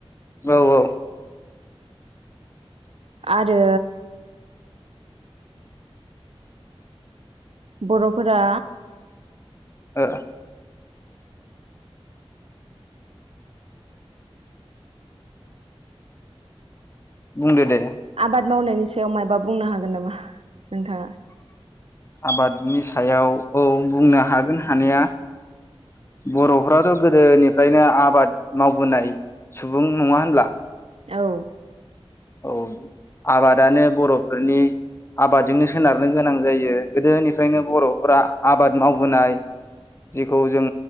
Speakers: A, on the left; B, on the right.
A: औ औ <unintelligible>
B: आरो बर'फोरा
A: ओ बुंदो दे
B: आबाद मावनायनि सायाव मायबा बुंनो हागोन नामा नोंथाङा?
A: आबादनि सायाव औ बुंनो हागोन हानाया बर'फ्राथ' गोदोनिफ्रायनो आबाद मावबोनाय सुबुं नङा होनब्ला
B: औ
A: औ आबादानो बर'फोरनि आबादजोंनो सोनारनो गोनां जायो गोदोनिफ्रायनो बर'फोरा आबाद मावबोनाय जेखौ जों